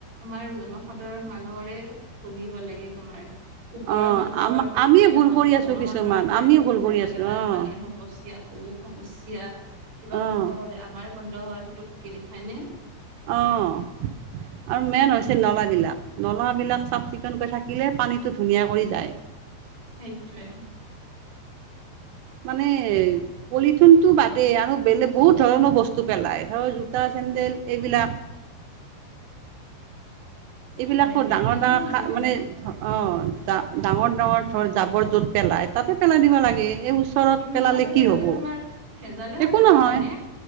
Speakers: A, on the right (about 35°); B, on the right (about 80°).
A: আমাৰ জনসাধাৰণ মান মানুহৰে কবিব লাগে তোমাৰ ওপৰৰ
B: অঁ
A: মানুহবোৰৰ
B: আম
A: টো একোৱেই
B: আমিয়ে
A: নহয়
B: ভুল কৰি
A: জনসাধাৰণ
B: আছোঁ কিছুমান
A: বোৰে
B: আমিয়ে
A: ভুগি
B: ভুল
A: থাকিব
B: কৰি
A: লাগে
B: আছোঁ
A: বানপানীৰ
B: অঁ
A: সমস্যা অমুক সম কুচিয়া কিবা
B: অ',
A: বন্ধ হলে আমাৰো বন্ধ হয় পুতুককে হয়নে
B: অঁ আৰু মেইন হৈছে নলাবিলাক নলাবিলাক চাফ চিকুণকৈ থাকিলে পানীটো ধুনীয়া কৰি যায়
A: সেইটোৱে
B: মানে পলিথিনটো বাদে আৰু বেলেগ বহুত ধৰণৰ বস্তু পেলায় ধৰ জোতা চেণ্ন্দেল এইবিলাক এইবিলাকো
A: হয় দিয়া
B: ডাঙৰ
A: কিমান
B: ডাঙৰ খা
A: যে
B: মানে অ ডাঙৰ ডাঙৰ ধৰ জাবৰ য'ত পেলাই তাতে পেলাই দিব লাগে এই ওচৰত
A: উম
B: পেলালে
A: তাতে
B: কি হ'ব
A: তোমাৰ ভেজালে নাথাকে
B: একো নহয়
A: হয়নে